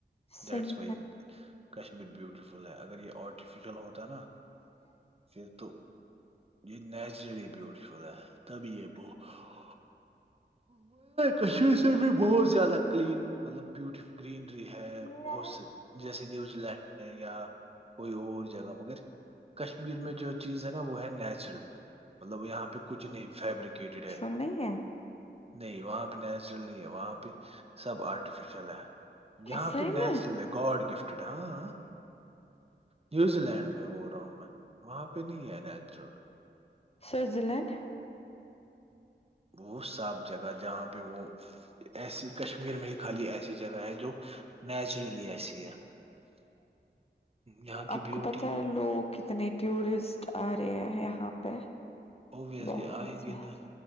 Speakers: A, on the left (about 35°); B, on the right (about 35°).
A: صحیح
B: دیٹ و کشمیر بیوٹفل ہے اگر یہ آ <unintelligible> آرٹیفیشل ہوتا نا پھر تو یہ نیچرلی بی ہے تبھی یہ ب <unintelligible> کشیر سے بھی بہت زیادہ کلین مطلب بیوٹیفل <unintelligible> گرینری ہے
A: میں
B: بہت سے جیسے نیوزی لینڈ ہے یا کوئی اور جگہ مگر کشمیر میں جو چیز ہے نا وہ ہے نیچرل مطلب یہاں پہ کچھ نہیں فیبریکیٹڈ ہے
A: ی ہے
B: نہیں وہاں پہ نیچرل نہیں ہے وہاں پہ سب آرٹیفیشیل ہے یہاں
A: صحیح
B: پہ نیچرل
A: میں
B: ہے گاڈ گفٹیڈ ہاں نیوزی لینڈ میں بول رہا ہوں میں وہاں پہ نہیں ہےیا نیچرل
A: سوئزر لینڈ
B: وہ صاف جگہ جہاں پہ وہ ایسی کشمیر میں ہی خالی ایسی جگہ ہے جو نیچرلی ایسی ہے یہاں کی
A: آپ
B: بیوٹی
A: کو پتا ہے لوگ کتنے ٹورسٹ آ رہے یہاں پہ
B: ابویسلی
A: بہت
B: آئیں
A: زیادہ
B: گے نا